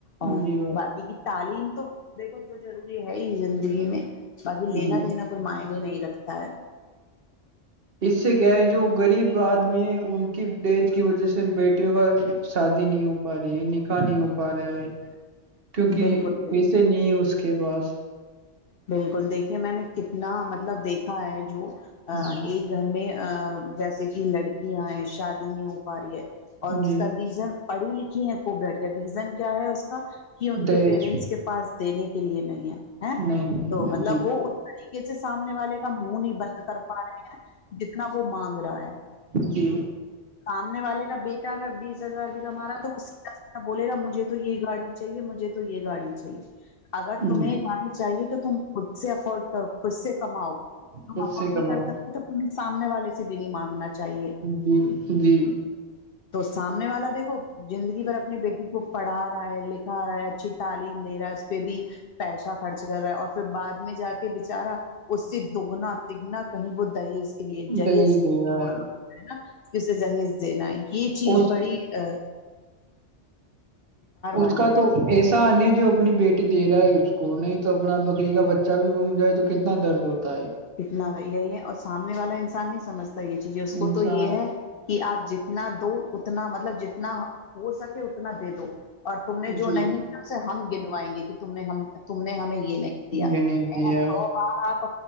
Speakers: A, on the left; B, on the right.
A: اور
B: جی
A: باقی کی تعلیم تو دیکھو جو ضروری ہے ہی زندگی میں باقی لینا
B: جی
A: دینا کوئی معنی نہیں رکھتا ہے
B: اس سے کیا ہے جو غریب آدمی ہے ان کی ڈیج کی وجہ سے بیٹیوں کا شادی نہیں ہو پا رہی ہے نکاح نہیں ہو پا رہا ہے کیونکہ
A: بالکل بالکل
B: پیسے نہیں ہے اس کے پاس
A: بالکل دیکھیے میں نے کتنا مطلب دیکھا ہے جو ا
B: جی
A: ایک گھر میں ا جیسے کہ لڑکیاں ہیں شادی نہیں ہو پا رہی ہے اور اس
B: جی
A: کا ریزن پڑھی لکھی ہے کو بیٹھ ریزن کیا ہے اس کا کہ ان
B: دج
A: کے پیرنٹس کے پاس دینے کے لیے نہیں ہے
B: نہیں نہیں
A: تو مطلب
B: جی
A: وہ اس طریقے سے سامنے والے کا منہ نہیں بند کر پا رہے ہیں جتنا وہ مانگ رہا ہے
B: جی
A: سامنے والے کا بیٹا اگر بیس ہزار بھی کمارا تو اس حاب سے بولے گا مجھے تو یہ گاڑی چاہیے مجھے تو یہ گاڑی چاہیے اگر تمہیں
B: جی
A: یہ گاڑی چاہیے تو تم خود سے افورڈ کرو خود سے کماؤ ہم
B: خود
A: افورڈ
B: سے کماؤ
A: نہیں کر سکتے تو ت سامنے والے سے بھی نہیں مانگنا چاہیے
B: جی جی
A: تو سامنے والا دیکھو زندگی بھر اپنے بیٹی کو پڑھا رہا ہے لکھا رہا ہے اچھی تعلیم دے رہا ہے اس پہ بھی پیسہ خرچ کر رہا ہے اور پھر بعد میں جا کے بچارا اس سے دگنا دگنا کہیں وہ دہیز کے لیے جہیز
B: دہیج
A: کے
B: دے
A: لیے
B: رہا
A: جوڑ رہ ہے نا کہ اسے جہیز دینا ہے یہ چیز
B: اس
A: بڑی ا
B: اس
A: والی
B: کا
A: ہوتی
B: تو
A: ہے
B: ایسا کت نہیں جو اپنی بیٹی دے رہا ہے اس کو نہیں تو اپنا بکری کا بچہ بھی گھوم جائے تو کتنا درد ہوتا ہے
A: کتنا یہی ہے اور سامنے والا انسان نہیں سمجھتا یہ چیزیں اس کو
B: انسان
A: تو یہ ہے کہ آپ جتنا دو اتنا مطلب جتنا ہو سکے اتنا دے دو اور تم نے جو
B: جی
A: نہیں سے ہم گنوائیں گے کہ تم نے ہم تم نے ہمیں یہ نہیں دیا
B: یہ نہیں دیا
A: س بار آپ